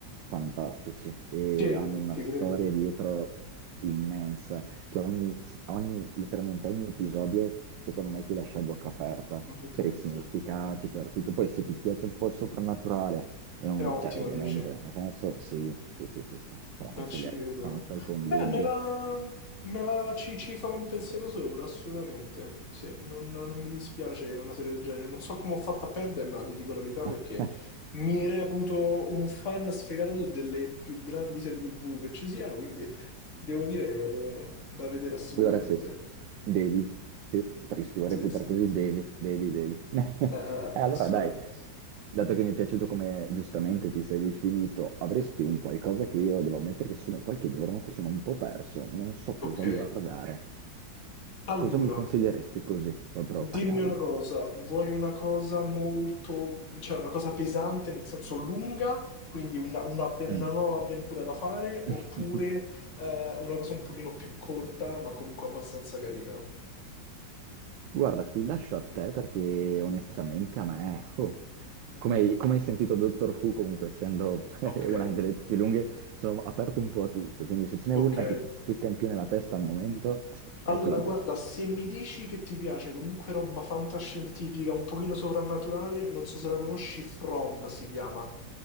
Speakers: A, on the right (about 80°); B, on the left (about 40°).
A: fantastici e
B: Sì,
A: hanno una
B: ci
A: storia
B: credo.
A: dietro immensa, che ogni, ogni- letteralmente ogni episodio secondo me ti lascia a bocca aperta
B: Un documentar
A: per i significati, per tutto. Poi se ti piace un po' il soprannaturale, è un-
B: è ottimo
A: cioè ovviamente,
B: dici?
A: nel senso sì, sì, sì, sì, sì, te
B: Beh,
A: la consiglierei
B: ci credo.
A: senza alcun
B: Beh,
A: dubbio.
B: me la me la ci ci farò un pensiero sopra, assolutamente. Sì, non non mi dispiace una serie del genere. Non so come ho fatto a perdermela, ti dico la verità, perché
A: <laughs>
B: mi reputo un fan sfegatato delle più grandi serie TV che ci siano, quindi devo dire eh, da vedere assolutamente.
A: Allora sì, devi, sì, perché se ti vuoi
B: Sì,
A: reputare
B: sì,
A: così
B: eh,
A: devi, devi, devi. <laughs>
B: eh,
A: E allora
B: assolutamente.
A: dai, dato che mi è piaciuto come giustamente ti sei definito, avresti un qualcosa che io devo ammettere che sono qualche giorno che sono un po' perso, non so cosa
B: Ok,
A: guardare.
B: allora,
A: Cosa mi consiglieresti così, proprio
B: Dimmi
A: a caldo?
B: una cosa, vuoi una cosa molto, cioè una cosa pesante nel senso lunga, quindi una, un'avve- una
A: Mm.
B: nuova avventura da fare, oppure
A: <laughs>
B: eh, una cosa un pochino più corta, ma comunque abbastanza carina?
A: Guarda, ti lascio a te perché onestamente a me, oh, come hai, come hai sentito Doctor Who, comunque essendo <laughs>
B: ok,
A: una delle più lunghe, sono aperto un po' a tutto, quindi se ce n'è
B: Ok.
A: una che ti spicca in più nella testa al momento,
B: Allora,
A: è quella
B: guarda,
A: giusta.
B: se mi dici che ti piace comunque roba fantascientifica, un pochino soprannaturale, non so se la conosci, From si chiama.